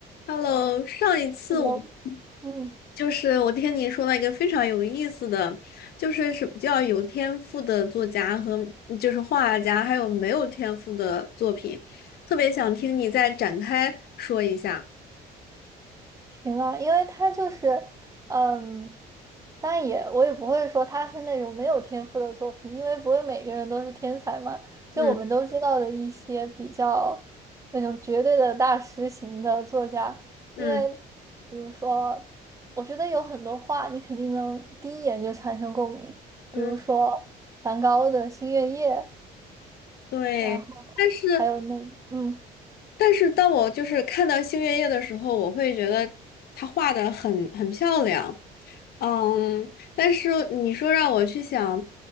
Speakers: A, on the left; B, on the right.
A: Hello，上一次我们
B: 我嗯，
A: 就是我听你说了一个非常有意思的，就是什么叫有天赋的作家和就是画家，还有没有天赋的作品，特别想听你再展开说一下。
B: 行啊，因为他就是，嗯，当然也我也不会说他是那种没有天赋的作品，因为不会每个人都是天才嘛。就我们都知道的一些比较那种绝对的大师型的作家，
A: 嗯嗯
B: 因为比如说，我觉得有很多话你肯定能第一眼就产生共鸣，比如说梵高的《星月夜》，
A: 嗯，对，
B: 然后还有那嗯。
A: 但是但是当我就是看到星月夜的时候，我会觉得他画的很很漂亮，嗯，但是你说让我去想